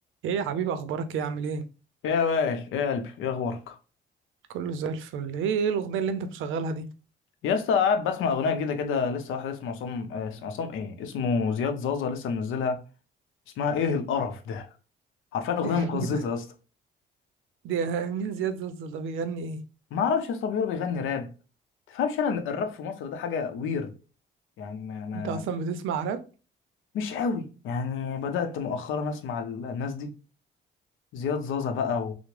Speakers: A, on the right (about 80°); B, on the left (about 80°).
A: ايه يا حبيبي اخبارك ايه عامل ايه
B: يا وائل يا قلبي يا اخبارك
A: كله زي الفل ايه ايه الاغنيه اللي انت مشغلها دي
B: يا اسطى قاعد بسمع اغنيه جديده كده لسه واحد اسمه عصام آه، اسمه عصام ايه اسمه زياد زازا لسه منزلها اسمها ايه القرف ده حرفيا اغنيه
A: <laughs>
B: مقززه
A: ايه ده
B: يا اسطى
A: دي مين زياد زلزال ده بيغني ايه
B: ما اعرفش يا اسطى بيقول بيغني راب تفهمش انا إن الراب في مصر ده حاجه ويرد يعني ما, ما
A: انت اصلا بتسمع راب
B: مش قوي يعني بدات مؤخرا اسمع ال- الناس دي زياد زازا بقى و...